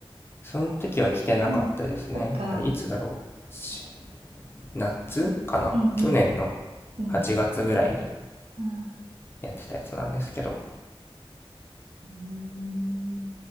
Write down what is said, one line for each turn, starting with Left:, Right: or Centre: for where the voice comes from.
Left: その時は来てなかったですね。
Right: <laughs> うん。そっか。
Left: あれいつだろうし夏かな去年の
Right: うんうん。うん。
Left: 8月ぐらいに
Right: あ
Left: やってたやつなんですけど、
Right: ーうーん